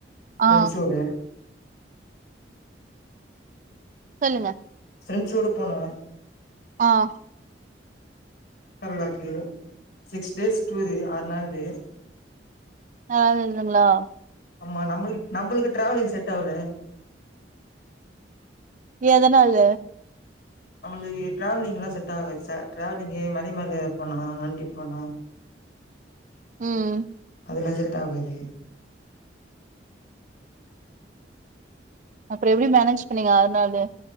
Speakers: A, on the left; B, on the right.
A: ஃப்ரெண்ட்ஸ்
B: ஆ
A: ஓட.
B: சொல்லுங்க.
A: ஃப்ரெண்ட்ஸ்ஸோட போன.
B: ஆஹ.
A: கேரளாக்கு சிக்ஸ் டேஸ் டூரு ஆறு நாளு.
B: நல்லா இருதுங்களா.
A: ஆமா நம்மளுக்கு நம்மளுக்கு டிராவலிங் செட் ஆவுல.
B: எதனால.
A: நம்மளுக்கு டிராவலிங்ல்லாம் செட் ஆகாது சார் டிராவலிங்கு மலி மேல போனும் வண்டி போனும்.
B: உம்.
A: அதெல்லாம் செட் ஆகாது.
B: அப்புறோ எப்படி மேனேஜ் பண்ணீங்க ஆறு நாளு.